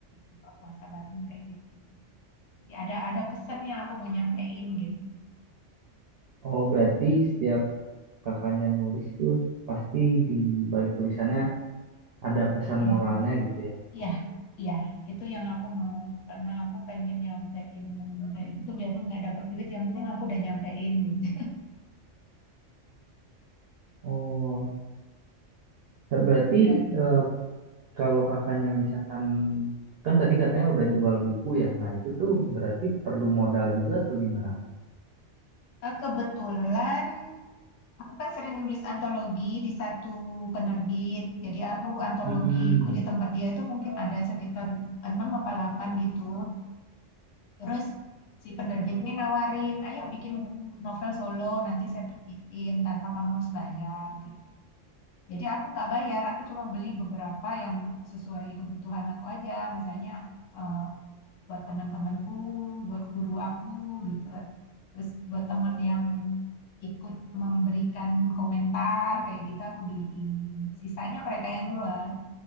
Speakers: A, on the left; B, on the right.
A: buka puasa baru kayak gitu jadi ada ada pesan yang aku mau nyampein gitu
B: oh berarti setiap kakaknya nulis tuh pasti di balik tulisannya ada pesan
A: Mm-mm.
B: moralnya gitu ya.
A: iya iya itu yang aku mau karena aku pengen nyampein itu gitu biarpun nggak dapat duit yang penting aku udah nyampein gitu
B: Oh, berarti
A: iya <laughs>
B: eh, Kalau kakaknya misalkan kan tadi katanya udah jual buku ya. Nah, itu tuh berarti perlu modal juga atau gimana?
A: kebetulan Aku kan sering nulis antologi di satu penerbit. Jadi aku antologiku
B: Mm-mm.
A: di tempat dia itu mungkin ada sekitar 6 apa 8 gitu. Terus si penerbit ini nawarin, ayo bikin buku novel solo, nanti saya terbitin tanpa kamu harus bayar gitu. Jadi aku nggak bayar, aku cuma beli beberapa yang sesuai kebutuhan aku aja, misalnya eh, buat teman-temanku, buat guru aku gitu. Terus buat temen yang ikut memberikan komentar kayak gitu aku beliin. Sisanya mereka yang jual,